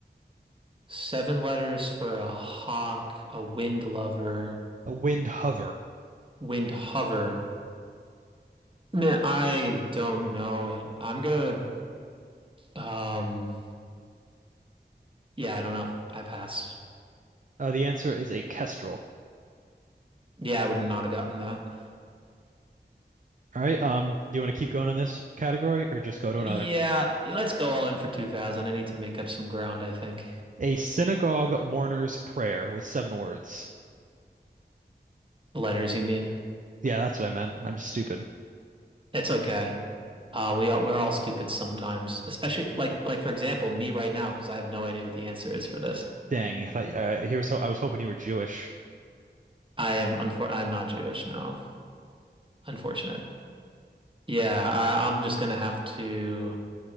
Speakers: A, on the right; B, on the right.
A: Seven letters for a hawk, a wind lover,
B: A windhover.
A: wind hover, Man, I don't know it. I'm gonna, um, yeah, I don't know. I pass.
B: Uh, the answer is a kestrel.
A: Yeah, I would not have gotten that.
B: All right. Um, do you want to keep going in this category or just go to
A: Yeah,
B: another?
A: let's go all in for 2000. I need to make up some ground, I think.
B: A synagogue mourner's prayer with seven words.
A: Letters, you mean?
B: Yeah, that's what I meant. I'm just stupid.
A: It's okay. Uh, we all, we're all stupid sometimes, especially like like for example, me right now because I have no idea what the answer is for this.
B: Dang, I thought, uh, here's how I was hoping you were Jewish.
A: I am unfor- I'm not Jewish, no. Unfortunate. Yeah, I, I'm just gonna have to